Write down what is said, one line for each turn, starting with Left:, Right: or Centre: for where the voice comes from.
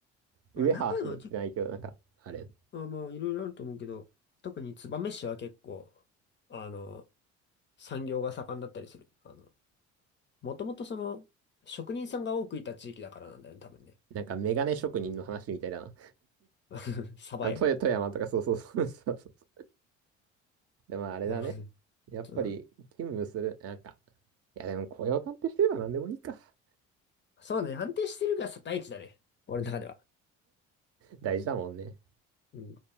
Right: ウェハースじゃないけど、
Left: まあ、長野は結
Right: なんか、あれ、
Left: 構、まあ、いろいろあると思うけど、特に燕市は結構、あの、産業が盛んだったりする。あの、もともとその、職人さんが多くいた地域だからなんだよね、多分ね。
Right: なんかメガネ職人の話みたいだな。
Left: <laughs> 鯖江
Right: あの、富富山とか、そうそうそうそうそう。でもあれだね。
Left: なるほ
Right: やっぱり、
Left: ど。うん。
Right: 勤務する、なんか、いやでも雇用鑑定してれば何でもいいか。
Left: そうね、安定してるが大地だね。俺の中では。
Right: 大事だもんね。
Left: うん